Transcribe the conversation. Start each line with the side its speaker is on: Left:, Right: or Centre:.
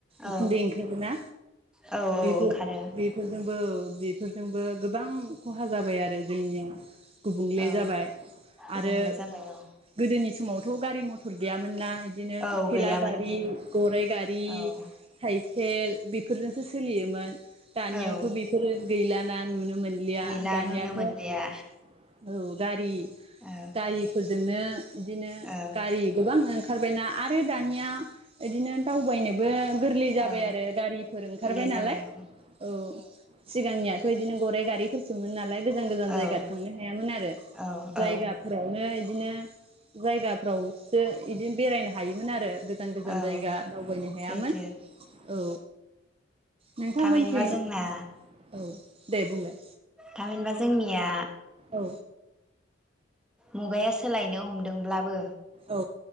Centre: औ
Right: उखुन्दै ओंखारगो ना
Centre: औ
Right: बेफोर
Centre: ओंखारो
Right: बेफोरजों बो बेफोरजोंबो गोबां खहा जाबाय आरो जोंनियाव गुबुंले
Centre: औ
Right: जाबाय
Centre: गुबुंले
Right: आरो
Centre: जाबाय औ
Right: गोदोनि स समावथ गारि मथर गैयामोनना इदिनो
Centre: औ
Right: थेला
Centre: गैयामोन
Right: गारि,
Centre: गैयामोन
Right: गराइ गारि,
Centre: औ
Right: साइखेल बि फोरजोंसो सोलियोमोन । दानियावथ
Centre: औ
Right: बेफोरो गैलाना नुनो म मोनलिया
Centre: गैला
Right: दानियाथ
Centre: नुनो मोनलिया
Right: औ गारि
Centre: औ
Right: गायि फो जोंनो इदिनो
Centre: औ
Right: गारि गोबां ओं खारबायना आ रो दानिया इदिनो दावबायनोबो गोरलै जाबाय
Centre: औ
Right: आरो गारिफोर ओंखारबाय
Centre: गोरलै जाबाय
Right: नालाय
Centre: औ
Right: औ सिगांनियाथ इदिनो गराइ गारिफोरसोमोन नालाय गोजान गोजान जायगा
Centre: औ
Right: थांनो हायामोन आरो
Centre: औ
Right: जायगाफोरावनो
Centre: औ
Right: इ दिनो जायगाफ्रावसो इदि बेरायनो हा हायोमोन आरो गोजान गोजान
Centre: औ
Right: जायगा दावबायनो हायामोन
Centre: सैथो
Right: औ नोंथांमोनथिं
Centre: थामहिनबा जोंना
Right: औ दे बुंलाय
Centre: थामहिनबा जोंनिया
Right: औ
Centre: मुगाया सोलायनो हमदोंब्लाबो
Right: औ